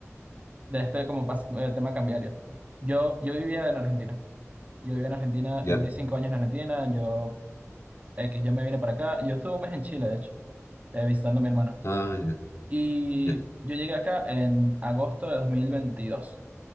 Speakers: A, on the right; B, on the left.
A: de este como pas- eh, tema cambiario. Yo, yo vivía en Argentina. Yo viví en Argentina,
B: ¿ya?
A: yo viví cinco años en Argentina, yo X, yo me vine para acá, yo estuve un mes en Chile, de hecho, eh, visitando a mi hermano.
B: Ah, ya,
A: Y
B: ya.
A: yo llegué acá en agosto de dos mil veintidós,